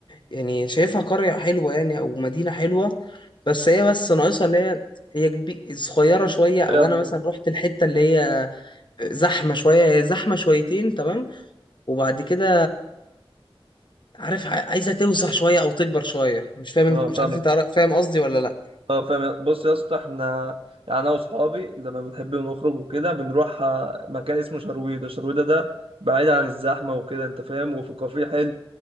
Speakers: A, on the left; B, on the right.
A: يعني شايفها قرية حلوة يعني أو مدينة حلوة بس هي بس ناقصها اللي هي هي كبي... صغيرة شوية أو
B: يا رب.
A: أنا مثلا رحت الحتة اللي هي زحمة شوية هي زحمة شويتين تمام وبعد كده عارف ع- عايزة توسع شوية أو تكبر شوية مش فاهم انت-
B: اه
A: مش
B: فاهم
A: عارف أنت عارف- فاهم قصدي ولا لأ
B: اه فاهم بص يا اسطى احنا يعني انا واصحابي لما بنحب نخرج وكده بنروح آه، مكان اسمه شرويدة شرويدة ده بعيد عن الزحمة وكده انت فاهم وفي كافيه حلو